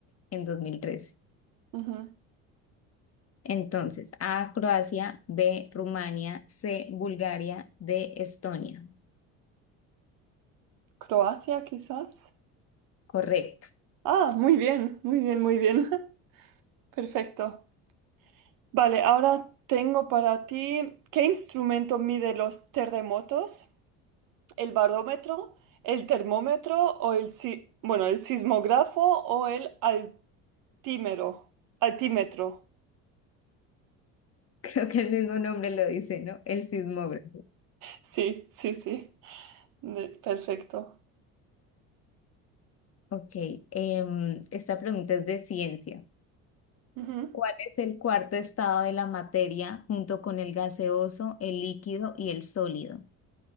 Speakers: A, on the left (about 45°); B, on the right (about 70°).
A: en 2013.
B: Ujú.
A: Entonces, A, Croacia, B, Rumania, C, Bulgaria, D, Estonia.
B: Croacia, quizás.
A: Correcto.
B: Ah, muy bien, muy bien, muy bien. <laughs> Perfecto. Vale, ahora tengo para ti, ¿qué instrumento mide los terremotos? ¿El barómetro, el termómetro o el, si- bueno, el sismógrafo o el altímero? Altímetro.
A: <laughs> Creo que el mismo nombre lo dice, ¿no? El sismógrafo.
B: Sí, sí, sí. De- perfecto.
A: Ok, em, esta pregunta es de ciencia.
B: Ujú.
A: ¿Cuál es el cuarto estado de la materia junto con el gaseoso, el líquido y el sólido?